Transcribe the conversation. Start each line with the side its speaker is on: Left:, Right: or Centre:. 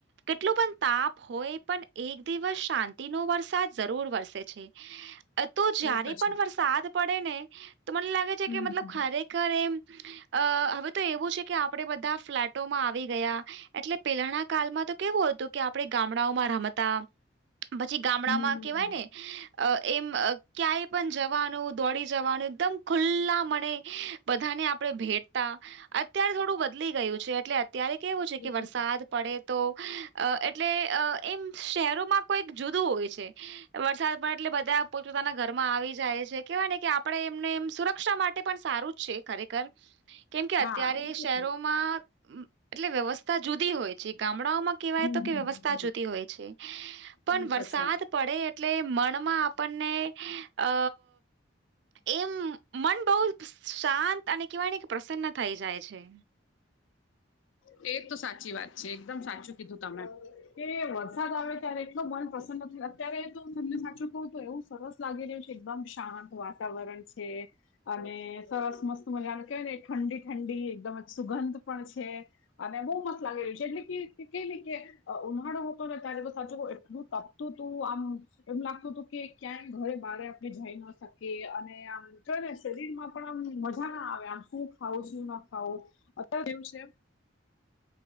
Right: કેટલો પણ તાપ હોય પણ એક દિવસ શાંતિ નો વરસાદ જરૂર વરસે છે તો
Left: હમ
Right: જયારે
Left: એ
Right: પણ
Left: છે
Right: વરસાદ પડે ને તો મને લાગે
Left: હમ
Right: છે કે
Left: હમ
Right: ખરેખર એ હવે તો એવું છે કે આપડે બધા ફ્લેટોમાં આવી ગયા એટલે પેલાના કાલમાં તો કેવું હતું કે આપે ગામડાઓમાં રમતા પછી ગામડામાં
Left: હમ્મ.
Right: કેવાય ને અ એમ ક્યાંય પણ જવાનું દોડી જવાનું એકદમ ખુલ્લા મણે બધાને આપણે ભેટતા અત્યારે થોડું બદલી ગયું છે એટલે અત્યારે કેવું છે
Left: એ
Right: કે
Left: તો
Right: વરસાદ પડે તો એટલે એમ શહેરોમાં કોઈક જુદું હોય છે વરસાદ પડે એટલે બધા પોત પોતાના ઘરમાં આવી જાય છે કેવાય ને કે આપડે એમને એમ સુરક્ષા માટે પણ સારું જ છે ખરેખર કેમ કે
Left: હા,
Right: અત્યારે
Left: એ
Right: શહેરોમાં
Left: તો છે.
Right: એટલે વ્યવસ્થા જુદી હોય જે ગામડાઓમાં કહેવાય
Left: હમ્મ,
Right: તો કે
Left: હમ્મ.
Right: વ્યવસ્થા જુદી હોય છે
Left: એ
Right: પણ
Left: તો
Right: વરસાદ
Left: છે.
Right: પડે એટલે મનમાં આપણને અ એમ મન બહુ શાંત તને કહેવાની કે પ્રસન્ન થઈ જાય છે.
Left: એ તો સાચી વાત છે એકદમ સાચું કીધું તમે. કે વરસાદ આવે ત્યારે એટલો મન પસંદન અત્યારે તો તમને સાચું કહવું તો એવું સરસ લાગી રહ્યું છે એકદમ શાંત વાતાવરણ છે. અને સરસ મસ્ત મજાને કેવાય ને ઠંડી ઠંડી એકદમજ સુગંધ પણ છે. અને બહુ મસ્ત લાગી રહ્યું છે એટલે કે કઈ નહી કે ઉનાળો હતો ને ત્યારે બસ સાચુ એટલું તપ તું આમ એમ લાગતું હતું કે ક્યાંય ઘરે બારે આપણે જઈ ન શકીએ અને આ તો ને શરીર માં પણ આમ મજાના આવે આમ શું ખાવું શું ના ખાવું અત્યારે એવું છે.